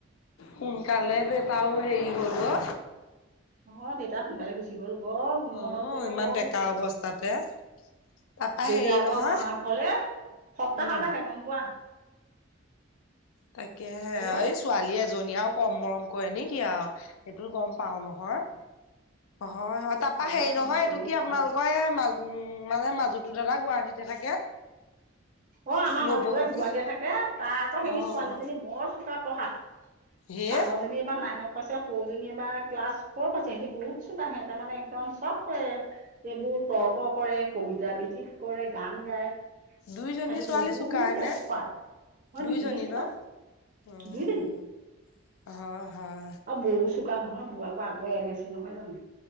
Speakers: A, on the left; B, on the right.
A: সোনকালে দেউতাও হেৰি হ'ল অ।
B: অ দেতা সোনকালে গুচি গ'ল বৰ
A: অ
B: মনত পৰিলে
A: ইমান
B: বৰ
A: ডেকা
B: দুখ লাগে।
A: অৱস্থাতে। তাপা
B: দেউতাই
A: হেৰি
B: আকৌ
A: নহয়
B: আমাৰ ঘৰলে সপ্তাহত
A: উম।
B: আহে গম পোৱা।
A: তাকে হে
B: হেল্ল'
A: য়া আইচ। ছোৱালী এজনী আৰু কম মৰম কৰে নেকি আৰু সেইটো গম পাওঁ নহয়। হয় হয় তাৰাপা হেৰি
B: অ, কিনো
A: নহয় এইটো
B: কৰিবা
A: কি আপোনালোকৰ এ মাজ। উম মানে মাজুতো দাদা গুৱাহাটীতে থাকে।
B: অ আমাৰ
A: নবৌ
B: মাজতো
A: সতি
B: গুৱাহাটীয়ে থাকে তাৰ আকৌ সেই
A: অ
B: ছোৱালীজনী
A: অ
B: বৰ চোকা পঢ়াত।
A: হে
B: ডাঙৰ। জনী এবা নাইনত পাইছে সৰুজনী এবা ক্লাছ ফোৰ পাইছে সিহঁতি বহুত চুকা সিহঁতে মানে। একদম চব কৰে সেবোৰ তৰ্ক কৰে, কবিতা বৃত্তি কৰে, গান গায়।
A: দুইজনী
B: সিহতি
A: ছোৱালী
B: বহুত
A: চোকা হেনে।
B: এক্সপাৰ্ট মই
A: দুইজনী
B: দুজনীয়ে চুকা
A: ন উম
B: দুইজনী।
A: হয় হয়।
B: অ বহু চুক। বা নহয় বুৱাকো আগৌ এম এচি নহয় জানো।